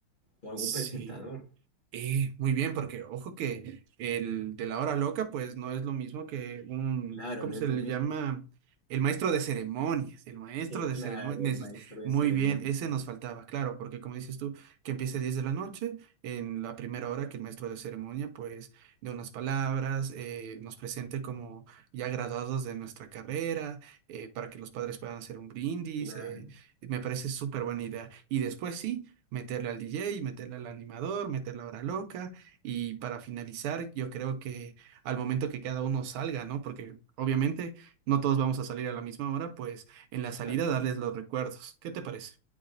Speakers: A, on the left (about 25°); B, on the right (about 80°).
A: o algún
B: Sí.
A: presentador.
B: Eh, muy bien, porque ojo que el de la hora loca, pues no es lo mismo que un,
A: Claro,
B: ¿cómo
A: no
B: se
A: es lo
B: le
A: mismo.
B: llama? El maestro de ceremonias, el maestro
A: Eh,
B: de
A: claro,
B: ceremonias.
A: el maestro
B: es-
A: de
B: Muy
A: ceremonia,
B: bien, ese
A: correcto.
B: nos faltaba, claro, porque como dices tú, que empiece 10 de la noche, en la primera hora que el maestro de ceremonia, pues, de unas palabras, eh, nos presente como ya graduados de nuestra carrera, eh, para que los padres puedan hacer un brindis,
A: Claro,
B: eh, me parece súper buena idea. Y después sí meterle al DJ, meterle al animador, meterle a Hora Loca y para finalizar, yo creo que al momento que cada uno salga, ¿no? Porque obviamente no todos vamos a salir a la misma hora, pues en la
A: exacto.
B: salida darles los recuerdos. ¿Qué te parece?